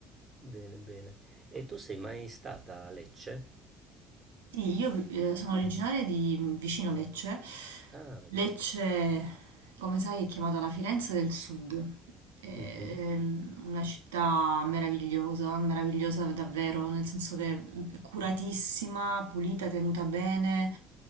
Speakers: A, on the right (about 35°); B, on the right (about 75°).
A: Bene, bene. E tu sei mai stata a Lecce?
B: Sì, io eh, sono originaria di mm, vicino Lecce.
A: Ah, ok.
B: Lecce, come sai, è chiamata la Firenze del Sud. È ehm,
A: Mhm,
B: una città meravigliosa, meravigliosa davvero, nel senso che è curatissima, pulita, tenuta bene,